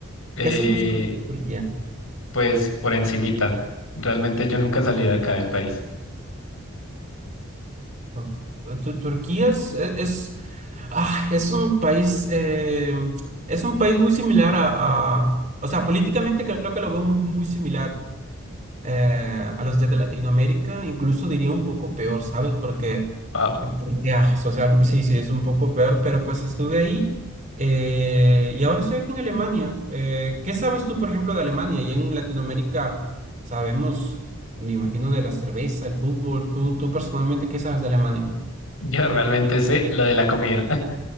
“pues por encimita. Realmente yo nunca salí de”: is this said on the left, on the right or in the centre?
Left